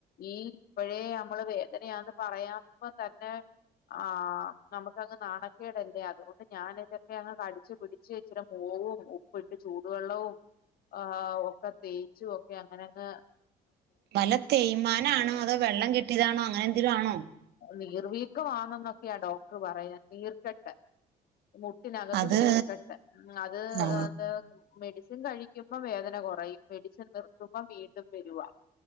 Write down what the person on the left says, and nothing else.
ഈ ഇപ്പോഴേ നമ്മള് വേദനയാന്ന് പറയാപ തന്നെ ആഹ് നമുക്ക് അങ്ങ് നാണക്കേടല്ലേ അതുകൊണ്ട് ഞാന് ഇതൊക്കെ അങ്ങ് കടിച്ചച്ച് പിടിച്ച് ഇച്ചിരി മോവും. പോയിട്ട് ചൂടുവെള്ളവും ആ ഒക്കെ തേച്ചും ഒക്കെ അങ്ങനെങ്
നീർ വീക്കമാണെന്നൊക്കെയാ ഡോക്ടർ പറയ നീർക്കെട്ട്. മുട്ടിനകത്ത്
നീർക്കട്ട് ഉ അത്
എന്താ മെഡിസിൻ കഴിക്കുമ്പോ വേദന കുറയും. മെഡിസിൻ നിർത്തുമ്പോ വീണ്ടും വരുവാ